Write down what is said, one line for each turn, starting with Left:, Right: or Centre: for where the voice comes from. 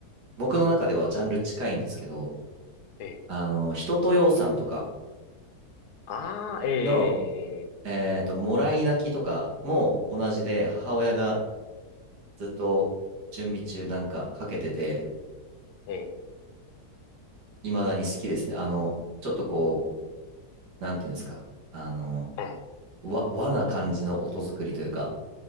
Right: 僕の中ではジャンル近いんですけど、
Left: ええ。
Right: あの、人とようさんとか
Left: ああ、ええ、
Right: の、えっと、もらい泣きとかも同じで、
Left: うん、
Right: 母親がずっと準備中なんかかけてて、
Left: ええ、
Right: 未だに好きですね。あの、ちょっとこう、なんていうんですか、あの、
Left: ええ、
Right: わ、和な感じの音作りというか、